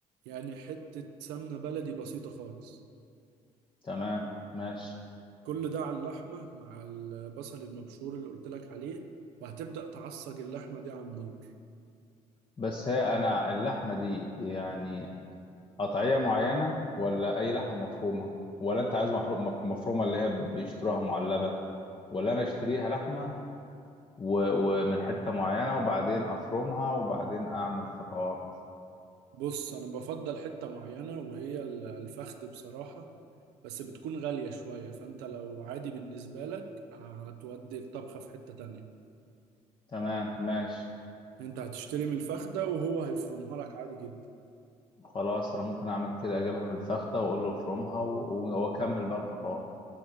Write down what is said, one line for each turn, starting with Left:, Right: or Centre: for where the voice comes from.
Right: يعني حتة سمنة بلدي بسيطة خالص
Left: تمام ماشي
Right: كل ده على اللحمة مع البصل المبشور اللي قلت لك عليه وهتبدأ تعصج اللحمة دي على النار
Left: بس هي انا اللحمه دي يعني قطعيه معينه ولا اي لحمه مفرومه ولا انت عايز محرو- مف- مفرومه اللي هي بيشتروها معلبه ولا انا اشتريها لحمه و- ومن حته معينه وبعدين افرمها وبعدين اعمل خطوات
Right: بص أنا بفضل حتة معينة وهي ال- الفخد بصراحة بس بتكون غالية شوية فأنت لو عادي بالنسبة لك آه، هتودي الطبخة في حتة تانية
Left: تمام ماشي
Right: أنت هتشتري من الفخدة وهو هيفرمها لك عادي جدا
Left: خلاص انا ممكن اعمل كده اجيبها من الفخده واقول له افرمها و- واكمل بقى الخطوات